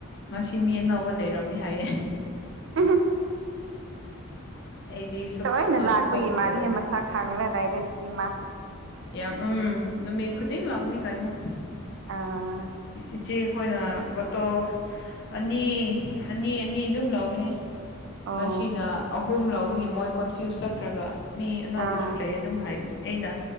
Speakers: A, on the left; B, on the right.
A: ꯉꯁꯤ ꯃꯤ ꯑꯅꯧꯕ ꯂꯩꯔꯝꯃꯤ ꯍꯥꯏꯌꯦ
B: ꯎꯝ
A: ꯑꯩꯗꯤ ꯁꯨꯛ
B: ꯇꯅ ꯂꯥꯛꯄꯒꯤ
A: ꯊꯣꯛꯇꯕꯒꯤ
B: ꯃꯥꯜꯂꯦꯍꯦ ꯃꯁꯥ ꯈꯥꯡꯅꯗꯥꯏꯔꯦ ꯑꯗꯨꯗꯤ ꯏ ꯃꯥ
A: ꯌꯥꯝ ꯎꯝꯃꯤ ꯈꯨꯗꯤ ꯂꯒꯅꯤ ꯀꯥꯏꯅꯣ
B: ꯑꯥ
A: ꯏꯆꯦ ꯑꯩꯈꯣꯏꯅ ꯕꯣꯇꯣ ꯑꯅꯤ ꯑꯅꯤ ꯑꯅꯤ ꯑꯗꯨꯝ ꯂꯧꯕꯅꯤ
B: ꯑꯣ
A: ꯉꯁꯤꯅ ꯑꯍꯨꯝ ꯂꯧꯕꯒꯤ ꯃꯣꯏ ꯀꯣꯟꯐ꯭ꯌꯨꯁ ꯆꯠꯈ꯭ꯔꯒ ꯃꯤ ꯑꯅꯥꯕꯁꯨ
B: ꯑꯥ
A: ꯂꯩ ꯑꯗꯨꯝ ꯍꯥꯏ ꯑꯩꯅ